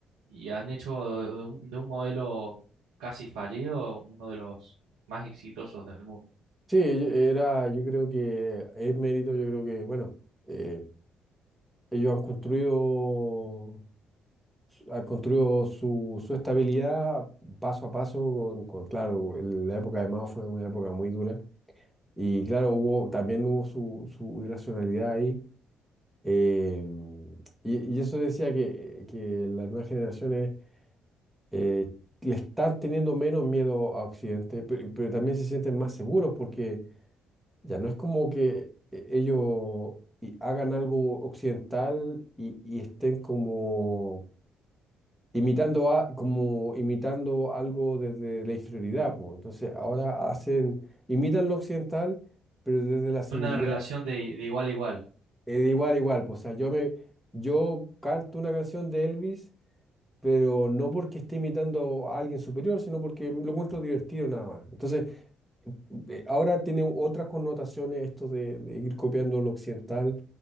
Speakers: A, on the right; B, in the centre.
A: y han hecho de un, de un modelo casi fallido uno de los más exitosos del mundo.
B: Sí, yo- era, yo creo que es mérito, yo creo que, bueno, eh, Ellos han construido, han construido su, su estabilidad paso a paso con, con, claro, el- la época de Mao fue una época muy dura y claro, hubo, también hubo su, su irracionalidad ahí. eh, y, y eso decía que, que las nuevas generaciones eh, le están teniendo menos miedo a Occidente, pero, pero también se sienten más seguros porque ya no es como que eh, ellos y- hagan algo occidental y y estén como imitando a, como imitando algo desde la inferioridad, po. Entonces ahora hacen, imitan lo occidental, pero desde la seguridad,
A: Una relación de, de igual a igual,
B: eh, de igual a igual, po. O sea, yo me, yo canto una canción de Elvis, pero no porque esté imitando a alguien superior, sino porque lo encuentro divertido nada más. Entonces, eh, ahora tiene otras connotaciones esto de, de ir copiando lo occidental